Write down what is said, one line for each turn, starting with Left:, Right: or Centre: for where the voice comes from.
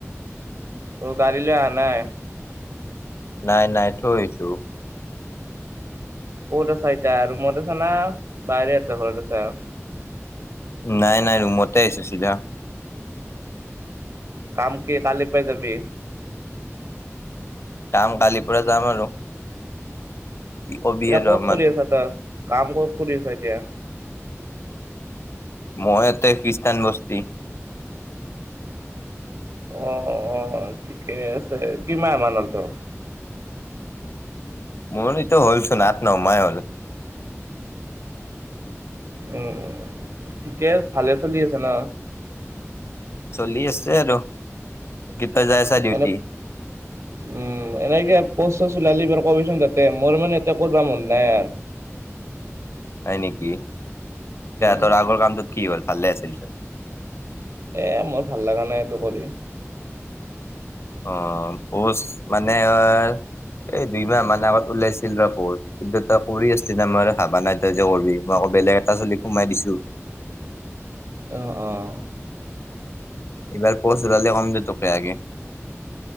Right: অ গাালীলৈ আহ নাই।
Left: নাই নাই থৈছো উ।
Right: ক'ত আছা এতয়া আৰুৰুমত আছা না বাহৰে এতে ঘৰত আছা।
Left: নাই নাই ৰুমতে আহিছো চিধা।
Right: কাম কি কাল পাইজাবি।
Left: কাম কালিপুৰা যাম আৰু। কি কবি
Right: এতিয়া
Left: আৰু
Right: ক'ত
Left: আমাৰ
Right: কৰি আছা তই কাম ক'ত কৰি আছ এতিয়া।
Left: মইয়তে খ্ৰীষ্টান বস্তি।
Right: অ অ ঠিকে আছে কিমাহ মমানৰ তো।
Left: মোৰটোো হ'লচোন নাত নহমাই হ'ল।
Right: উম ঠিকে ভালে চলি আছে ন।
Left: চলি আছে আৰু। কেতিয়া যাই আছা ডিউটি
Right: এনে উম এনেকে পচো লালি ব। কবিচোন তাতে মোৰ মানে এটা কৰিবা মন নাই আৰ।
Left: হয় নেকি
Right: উম,
Left: তোৰ আগৰ কামটোত কি হ'ল ভালে আছিলচোন।
Right: এ মোৰ ভাল লগা নাই এইটো কৰি।
Left: অ পোচ মানে অ। এই দুই মাহ মান আগত ওলাইছিল ৰপ কিন্তু তই কৰি আছিলি ন মই হাবা নাই তই যে কৰবি মই ক। বেলেগ এটা চলী সোমাই দিছো।
Right: অহ অহ।
Left: এইবাৰ পচ ওলালে কমজ তোকে আগে।